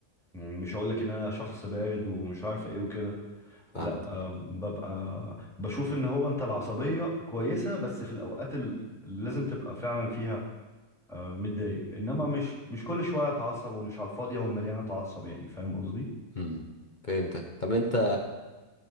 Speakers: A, in the centre; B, on the left.
A: يعني مش هقولك ان انا شخص بارد ومش عارف ايه وكده
B: فهمت
A: لا آه، ببقى بشوف ان هو انت العصبية كويسة بس في الاوقات ال- اللي لازم تبقى فعلا فيها آه، متضايق انما مش مش كل شوية اتعصب ومش على الفاضية والمليانة اتعصب يعني فاهم قصدي
B: امم فهمتك طب انت